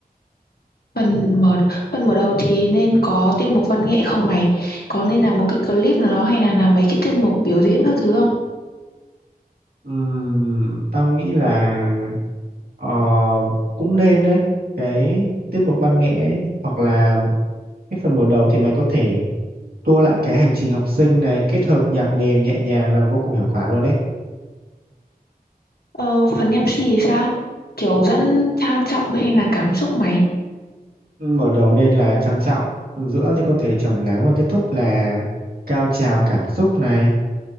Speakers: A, on the left (about 80°); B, on the right (about 75°).
A: Phần mở phần mở đầu thì nên có tiết mục văn nghệ không mày? Có nên là một cái clip nào đó hay là làm mấy cái tiết mục biểu diễn các thứ không?
B: Ừm, tao nghĩ là ờ, cũng nên đấy cái tiết mục văn nghệ ấy, hoặc là cái phần mở đầu thì mày có thể tua lại cái hành trình học sinh này kết hợp nhạc nền nhẹ nhàng là vô cùng hiệu quả luôn đấy
A: Ờ, phần MC thì sao? Kiểu dẫn trang trọng hay là cảm xúc mày?
B: mở đầu nên là trang trọng giữa thì có thể trầm lắng và kết thúc là cao trào cảm xúc này